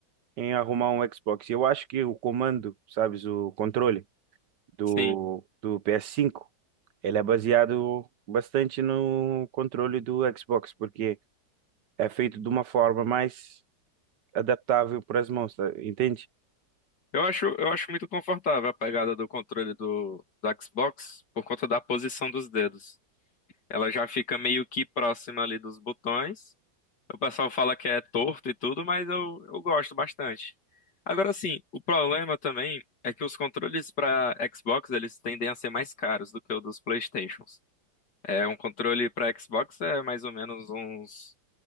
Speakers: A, on the right; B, on the left.
A: em arrumar um Xbox. Eu acho que o comando, sabes, o controle do,
B: Sim.
A: do ps cinco ele é baseado bastante no controle do Xbox, porque é feito de uma forma mais adaptável para as mãos, tá? Entende?
B: Eu acho, eu acho muito confortável a pegada do controle do, do Xbox por conta da posição dos dedos. Ela já fica meio que próxima ali dos botões. O pessoal fala que é torto e tudo, mas eu, eu gosto bastante. Agora sim, o problema também é que os controles para Xbox eles tendem a ser mais caros do que o dos PlayStations. É, um controle para Xbox é mais ou menos uns